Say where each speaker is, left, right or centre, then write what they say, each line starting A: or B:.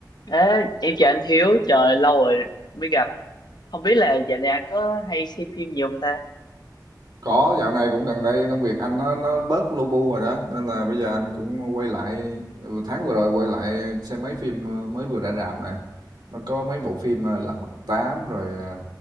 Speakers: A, on the left (about 65°); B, on the right (about 70°).
A: Ê, em chào anh Hiếu, trời lâu rồi mới gặp. Không biết là dạo này anh có hay xem phim gì không ta?
B: Có, dạo này cũng gần đây công việc anh nó nó bớt lu bu rồi đó, nên là bây giờ anh cũng quay lại ừ, tháng vừa rồi quay lại xem mấy phim mới vừa ra rạp nè. Nó có mấy bộ phim à, Lật Mặt Tám rồi à,